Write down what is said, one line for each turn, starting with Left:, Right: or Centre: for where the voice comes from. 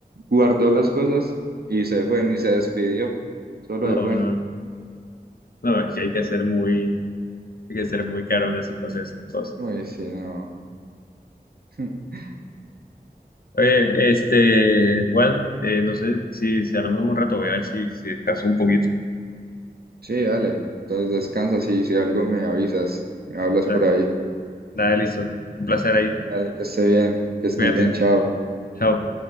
Right: guardó las cosas y se fue, ni se despidió. Solo
Left: No,
Right: se
Left: no,
Right: fue.
Left: no. No, es que hay que ser muy, hay que ser muy caro así para hacer esas cosas.
Right: Uy, sí, no. <laughs>
Left: Oye, este, Juan, eh, no sé si se arma un rato, voy a ver si, si descanso un poquito.
Right: Sí, dale. Entonces descansa, sí, si algo me avisas, me hablas
Left: Dale,
Right: por ahí.
Left: dale, listo. Un placer ahí.
Right: Dale, que esté bien, que
Left: Cuídate.
Right: estés bien, chao.
Left: Chao.